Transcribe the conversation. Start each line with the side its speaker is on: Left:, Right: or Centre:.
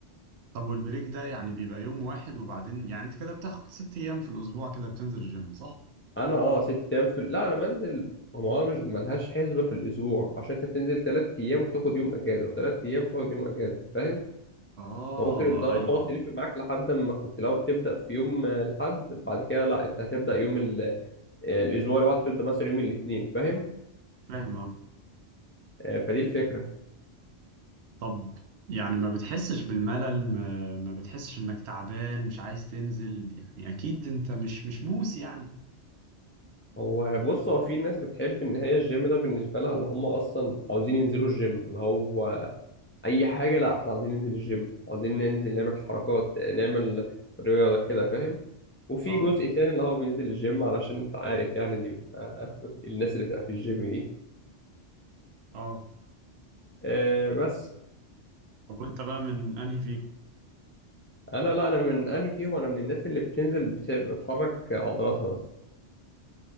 Right: طب والبريك ده يعني بيبقى يوم واحد وبعدين يعني أنت كده بتاخد ست أيام في الأسبوع كده بتنزل الجيم صح؟
Left: انا اه ست ايام في لا انا بنزل هو أنا مش ملهاش حسبه في الاسبوع عشان انت بتنزل تلات ايام وتاخد يوم اجازه وتلات ايام وتاخد يوم اجازه فاهم
Right: أه
Left: فممكن الدوره
Right: أيوه
Left: تقعد تلف معاك لحد ما كنت لو بتبدا في يوم آه، الحد بعد كده لا انت هتبدا يوم ال... آه، الاسبوع اللي بعده تبدا مثلا يوم الاثنين فاهم
Right: فاهم آه.
Left: آه، فدي الفكره
Right: طب يعني ما بتحسش بالملل ما, ما بتحسش انك تعبان مش عايز تنزل يعني اكيد انت مش مش موس يعني
Left: هو بص هو في ناس بتحب ان هي الجيم ده بالنسبه لها ان هم اصلا عاوزين ينزلوا الجيم اللي هو اي حاجه لا احنا عاوزين ننزل الجيم عاوزين ننزل نعمل حركات آه، نعمل رياضه كده فاهم وفي
Right: اه
Left: جزء تاني اللي هو بينزل الجيم علشان انت عارف يعني اللي بيبقى <laughs> الناس اللي بتبقى في الجيم دي
Right: اه
Left: آه بس
Right: طب وانت بقى من انهي فيهم
Left: انا لا انا من انهي فيهم انا من الناس اللي بتنزل بت- بتحرك عضلاتها بس